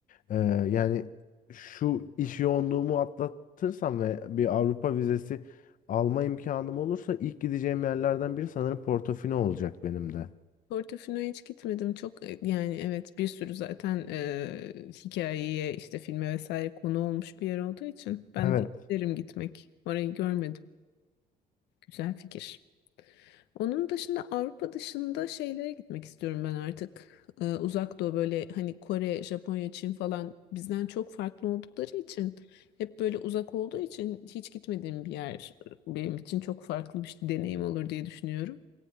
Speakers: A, on the left; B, on the left.
A: Ee, yani şu iş yoğunluğumu atlatırsam ve bir Avrupa vizesi alma imkanım olursa ilk gideceğim yerlerden biri sanırım Portofino olacak benim de.
B: Portofino'ya hiç gitmedim. Çok e, yani evet bir sürü zaten e, hikayeye işte filme vesaire konu olmuş bir yer olduğu için ben
A: Evet.
B: de isterim gitmek. Orayı görmedim. Güzel fikir. Onun dışında Avrupa dışında şeylere gitmek istiyorum ben artık. Ee, uzak doğu böyle hani Kore, Japonya, Çin falan bizden çok farklı oldukları için hep böyle uzak olduğu için hiç gitmediğim bir yer e, benim için çok farklı bir deneyim olur diye düşünüyorum.